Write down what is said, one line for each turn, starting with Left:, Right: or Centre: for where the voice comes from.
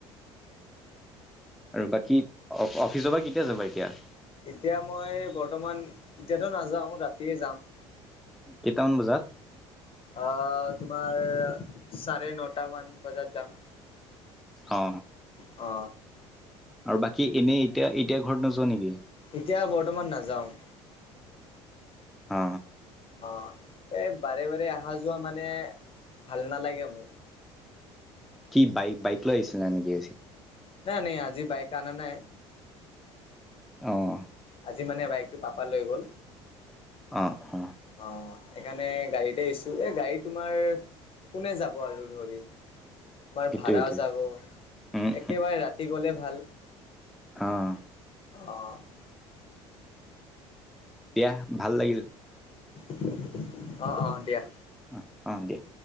Centre: আৰু বাকী অ' অফিচৰ পৰা কেতিয়া যাবা এতিয়া।
Left: এতিয়া মই বৰ্তমান এতিয়াতো নাযাওঁ ৰাতিয়ে যাম
Centre: কেইটামান বজাত
Left: অ তোমাৰ চাৰে নটা মান বজাত যাম
Centre: অ
Left: অ
Centre: আৰু বাকী এনেই এতিয়া এতিয়া ঘৰত নোযোৱা নেকি
Left: এতিয়া বৰ্তমান নাযাও
Centre: অ
Left: অ এই বাৰে বাৰে অহা যোৱা মানে ভাল নালাগে মোক
Centre: কি বাইক বাইক লৈ আহিছিল না নেকি আজি
Left: নাই নাই আজি বাইক আনা নাই
Centre: অৱ।
Left: আজি মানে বাইকতটো পাপা লৈ গ'ল।
Centre: অৱ অৱ।
Left: অৱ সেইকাৰণে গাড়ীতে আহছো এ গাড়ী তোমাৰ কোনে যাব আৰু ধৰি তোমাৰ
Centre: সেইটোৱে
Left: ভাড়াও
Centre: সেইটোৱে
Left: যাব
Centre: উম
Left: একেবাৰে ৰাতি গ'লে ভাল।
Centre: অৱ।
Left: অৱ।
Centre: দিয়া ভাল লাগিল।
Left: অৱ অৱ দিয়া।
Centre: অৱ অৱ দিয়া।